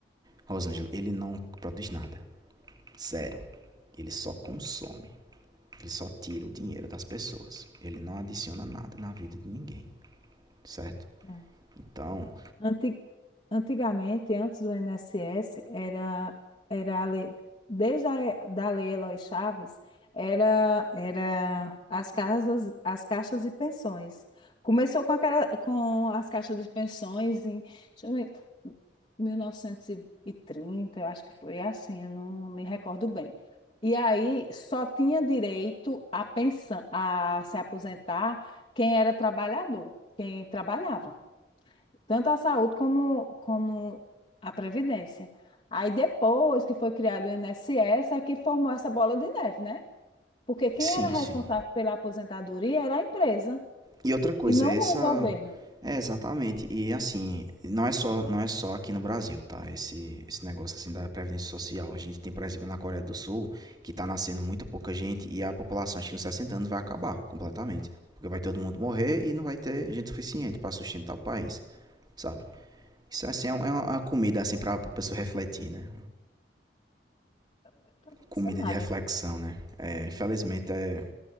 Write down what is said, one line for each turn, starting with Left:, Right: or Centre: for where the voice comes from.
Right: Rosângela, ele não produz nada. Zero. Ele só consome. Ele só tira o dinheiro das pessoas. Ele não adiciona nada na vida de ninguém, certo?
Left: não.
Right: Então,
Left: Anti- Antigamente, antes do INSS, era, era a lei, desde a da Lei Eloy Chaves, era, era as casas, as caixas de pensões. Começou com aquela, com as caixas de pensões em, deixa eu ver, 1930, eu acho que foi assim, eu não me recordo bem. E aí só tinha direito a pensão, a se aposentar quem era trabalhador, quem trabalhava tanto a saúde como, como a previdência. Aí depois que foi criado o INSS, é que formou essa bola de neve, né? Porque quem
Right: sim,
Left: era responsável
Right: sim.
Left: pela aposentadoria era a empresa
Right: E outra coisa,
Left: e não
Right: essa
Left: o governo.
Right: é exatamente. E assim, não é só, não é só aqui no Brasil, tá? Esse, esse negócio assim da previdência social. A gente tem, por exemplo, na Coreia do Sul, que tá nascendo muita pouca gente e a população, acho que nos 60 anos vai acabar completamente, porque vai todo mundo morrer e não vai ter gente suficiente para sustentar o país, sabe? Isso assim é um, é uma, é comida assim para a pessoa refletir, né?
Left: Eu Estou impressionada.
Right: Comida de reflexão, né? É, infelizmente é